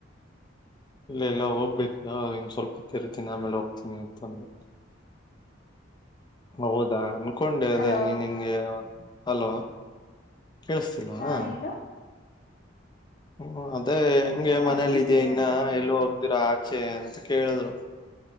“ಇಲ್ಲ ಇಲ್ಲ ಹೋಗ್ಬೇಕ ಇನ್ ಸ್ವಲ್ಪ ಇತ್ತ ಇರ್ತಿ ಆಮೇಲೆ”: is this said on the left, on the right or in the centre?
Left